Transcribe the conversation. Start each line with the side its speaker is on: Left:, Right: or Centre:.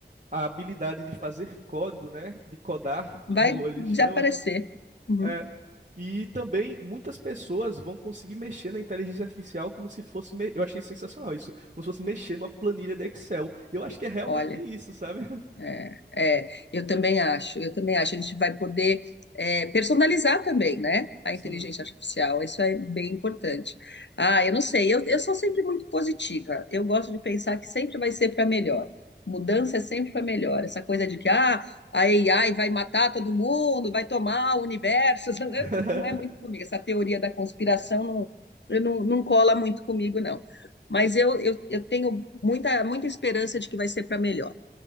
Right: a habilidade de fazer código, né? De codar, <laughs> como
Left: Vai
Right: a gente
Left: de
Right: chama.
Left: aparecer. Uhum.
Right: É, e também muitas pessoas vão conseguir mexer na inteligência artificial como se fosse. me- Eu achei sensacional isso. Como se fosse mexer numa planilha de Excel. E eu acho que é realmente
Left: Olha,
Right: isso, sabe?
Left: é, é, eu também acho, eu também acho. A gente vai poder é, personalizar também, né? A
Right: Sim.
Left: inteligência artificial, isso é bem importante. Ah, eu não sei, eu, eu sou sempre muito positiva. Eu gosto de pensar que sempre vai ser para melhor. Mudança é sempre para melhor. Essa coisa de que ah, a AI vai matar todo mundo, vai tomar o universo, <laughs>
Right: <laughs>
Left: não é muito comigo. Essa teoria da conspiração não, eu não, não cola muito comigo, não. Mas eu, eu, eu tenho muita, muita esperança de que vai ser para melhor.